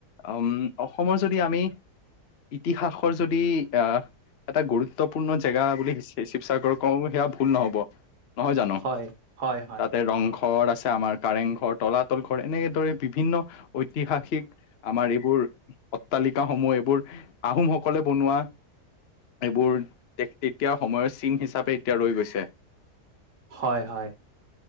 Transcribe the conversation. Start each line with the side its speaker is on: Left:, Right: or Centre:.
Left: উম অসমৰ যদি আমি ইতিহাসৰ যদি আহ এটা গুৰুত্বপূৰ্ণ জেগা বুলি শিৱসাগৰ কওঁ সেয়া ভুল নহব নহয় জানো
Right: হয় হয় হয়
Left: তাতে ৰংঘ ঘৰ আছে আমাৰ কাৰেং ঘৰ, তলাতল ঘৰ এনেকেদৰে বিভিন্ন ঐতিহাসিক আমাৰ এইবোৰ অট্টালিকাস সমূহ এইবোৰ আহোমসকলে বনোৱা এইবোৰ তে তেতিয়া সময়ৰ চিন হিচাপে এতিয়া ৰৈ গৈছে।
Right: হয় হয়